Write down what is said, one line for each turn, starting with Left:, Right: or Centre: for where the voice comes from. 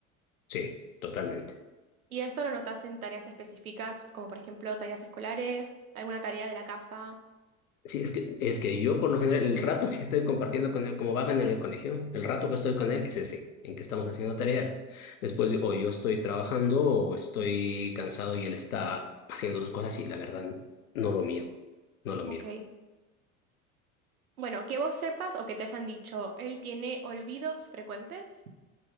Left: Sí, totalmente.
Right: Y eso lo notás en tareas específicas, como por ejemplo tareas escolares, alguna tarea de la casa.
Left: Sí, es que, es que yo por lo general, el rato que estoy compartiendo con él, como va en el colegio, el rato que estoy con él es ese, en que estamos haciendo tareas. Después o yo estoy trabajando o estoy cansado y él está haciendo sus cosas y la verdad no lo miro, no lo miro.
Right: Ok. Bueno, que vos sepas o que te hayan dicho, él tiene olvidos frecuentes.